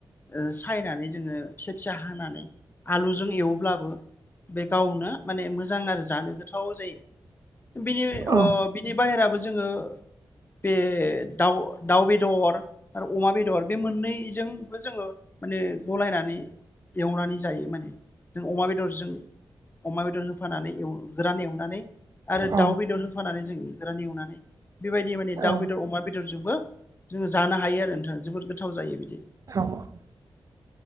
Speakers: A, on the left; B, on the right.
A: ओ सायनानै जोङो फिसा फिसा हानानै आलुजों एवोब्लाबो बे गावनो माने मोजां आरो जानो गोथाव जायो बिनि अ
B: औ
A: बिनि बायराबो जोङो बे दाउ दाउ बेदर आरो अमा बेदर बे मोननै जों बो जोङो माने गलायनानै एवनानै जायो माने जों अमा बेदरजों अमा बेदर होफानानै एव गोरान एवनानै आरो
B: औ
A: दाउ बेदर होफानानै जों गोरान एवनानै बेबायदि माने
B: औ
A: दाउ बेदर अमा दरजोंबो जोङो जानो हायो आरो नोंथां जोबोद गोथाव जायो बिदि।
B: औ